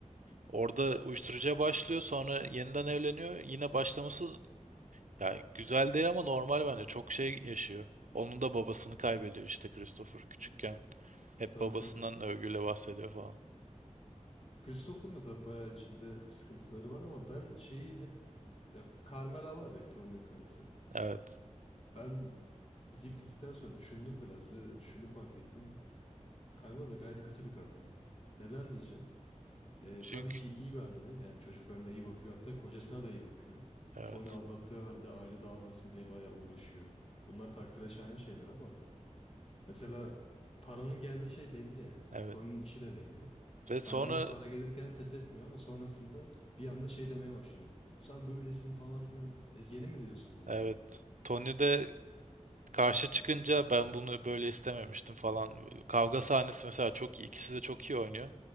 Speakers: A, on the right; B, on the left.
A: orada uyuşturucuya başlıyor. Sonra yeniden evleniyor. Yine başlaması yani güzel değil ama normal bence. Çok şey yaşıyor. Onun da babasını kaybediyor işte Christopher küçükken. Hep
B: Tabii
A: babasından
B: tabii.
A: övgüyle bahsediyor falan.
B: Christopher'ın da tabii bayağı içinde sıkıntıları var ama ben şeyi hep ya, Carmela var ya Tony'nin karısı.
A: Evet.
B: Ben diziyi bitirdikten sonra düşündüm biraz ve şunu fark ettim. Carmela da gayet kötü bir kadın ya. Neden diyeceğim? Ee,
A: Çünkü
B: tabii ki iyi bir anne. Yani çocuklarına iyi bakıyor. Hatta kocasına da iyi bakıyor.
A: evet.
B: Tony aldattığı halde aile dağılmasın diye bayağı uğraşıyor. Bunlar takdire şayan şeyler ama Mesela paranın geldiği şey belli yani.
A: Evet.
B: Tony'nin işi de belli.
A: Ve sonra
B: Carmela para gelirken ses etmiyor ama sonrasında bir anda şey demeye başlıyor. Sen böylesin falan filan. E, yeni mi diyorsun bunu
A: evet.
B: yani?
A: Tony de karşı çıkınca ben bunu böyle istememiştim falan. Kavga sahnesi mesela çok iyi. İkisi de çok iyi oynuyor.